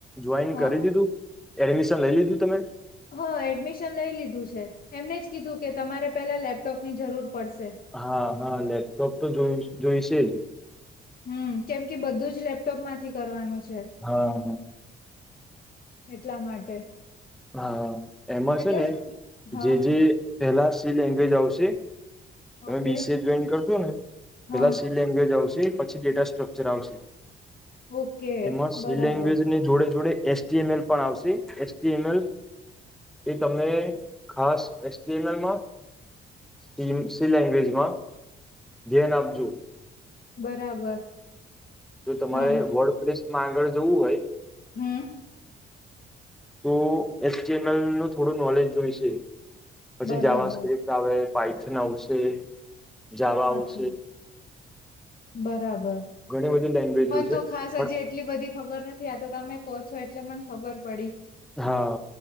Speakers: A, in the centre; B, on the left (about 45°).
A: જોઈન
B: હા
A: કરી દીધું? એડમિશન લઈ લીધું તમે?
B: હ એડમિશન લઈ લીધું છે, એમને જ કીધું કે તમારે પેલા લેપટોપ ની જરૂર પડશે
A: હા હા લેપટોપ તો જોય જોઈશે જ
B: હમ્મ કેમ કે બધું જ લેપટોપમાંથી કરવાનું છે
A: હા હા
B: એટલા માટે
A: હા એમાં
B: એટલે
A: છે ને
B: જ હા
A: જે જે પેલા સી લેંગવેજ આવશે તમે
B: ઓકે
A: બીસીએ જોઈન કરશો ને,
B: હા
A: પેલા સી લેંગવેજ આવશે એ પછી ડેટા સ્ટ્રક્ચર આવશે.
B: ઓકે
A: એમાં સી
B: બરાબર
A: લેંગવેજની જોડે જોડે એસ જી એમ એલ પણ આવશે એસ ટી એન એલ એ તમને ખાસ એસ ટીએન એલ માં સી સી લેંગવેજમાં ધ્યાન આપજો
B: બરાબર
A: જો તમારે
B: હા
A: વર્ડ પ્રેસમાં આગળ જવું હોય
B: હમ્મ
A: તો એસ ટી એમ એલ નું થોડું નોલેજ જોઈશે પછી
B: બરાબર
A: જાવા સ્ક્રિપ્ટ, આવે પઈથન આવશે, જાવા આવશે
B: અચ્છા બરાબર પણ
A: ઘણી બધી લેંગ્વેજો છે
B: તો ખાસ
A: પણ
B: હજી એટલી બધી ખબર નથી આવ તો તમે કહો છો એટલે મને ખબર પડી
A: હા,